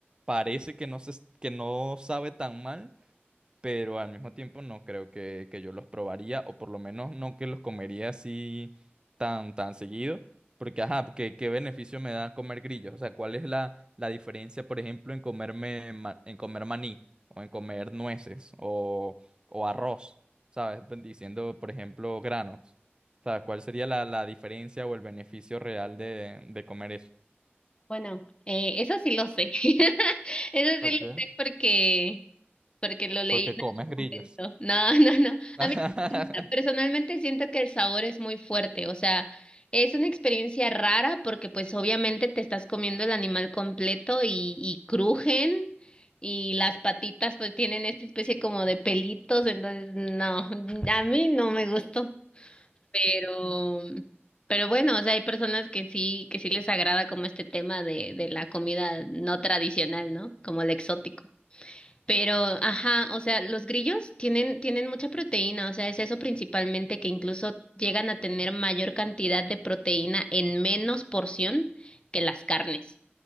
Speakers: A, on the right; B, on the left.
A: Parece que no se, que no sabe tan mal pero al mismo tiempo no creo que, que yo los probaría, o por lo menos no que los comería así tan, tan seguido, porque ajá, porque qué beneficio me da comer grillos, o sea, ¿cuál es la, la diferencia, por ejemplo, en comerme, ma- en comer maní, o en comer nueces, o, o arroz, ¿sabes? Pues, Diciendo, por ejemplo, granos, ¿sabes? ¿Cuál sería la, la diferencia o el beneficio real de, de comer eso?
B: Bueno, eh, eso sí lo sé. <laughs> Eso
A: Ok.
B: sí lo sé porque, porque lo leí
A: Porque
B: en
A: comes
B: algún
A: grillos.
B: momento. No, <laughs> no, no.
A: <laughs>
B: A mí me gusta. personalmente siento que el sabor es muy fuerte. O sea, es una experiencia rara porque pues obviamente te estás comiendo el animal completo y, y crujen y las patitas pues tienen esta especie como de pelitos. Entonces, no, a mí no me gustó. Pero, pero bueno, o sea, hay personas que sí, que sí les agrada como este tema de, de la comida no tradicional, ¿no? Como el exótico. Pero, ajá, o sea, los grillos tienen, tienen mucha proteína, o sea, es eso principalmente que incluso llegan a tener mayor cantidad de proteína en menos porción que las carnes.